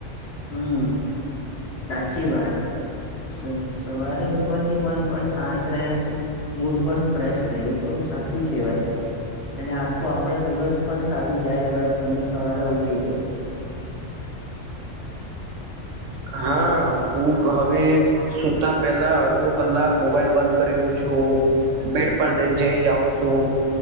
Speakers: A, on the left; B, on the right.
A: હમ સાચી વાત સન સવારે ઉઠવાથી મન પણ શાંત રહે. મૂડ પણ ફ્રેશ રહે તો સાચું છે ભાઈ અને આખો આપણા દિવસ પણ સારું જાય આગળ તમને સવારે ઉઠી જાય. <inaudible>
B: હા હું હવે સુતા પેલા અડધો કલાક મોબાઈલ બંધ કરી દઉં છું. હુ બેડ પર દઇ જઈ જાઉં છું